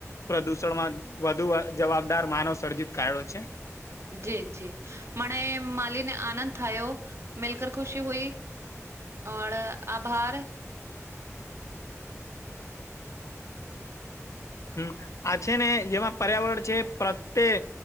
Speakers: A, on the left; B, on the right.
A: પ્રદૂષણમાં વધુ જવાબદાર માનવ સર્જિત કાળો છે
B: જી જી મને માલીને આનંદ થયો મિલકર ખુશી હુઈ ઓર આભાર
A: હમ્મ આ છે ને જેમાં પર્યાવરણ છે પ્રત્યે